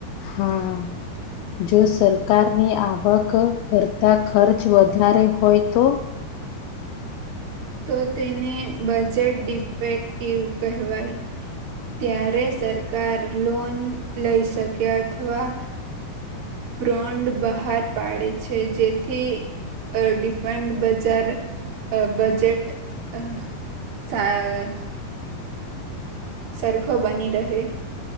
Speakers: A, on the left; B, on the right.
A: હા, જો સરકાર ને આ આવક કરતા ખર્ચ વધારે હોય, તો
B: તો તેને બજેટ ડિફેક્ટિવ, કહેવાય. ત્યારે સરકાર લોન લઈ શકે, અથવા બ્રન્ડ, બહાર પાડે છે, જેથી ડિફન્ટ બજાર અ બજેટ, અ સા સરખો બની રહે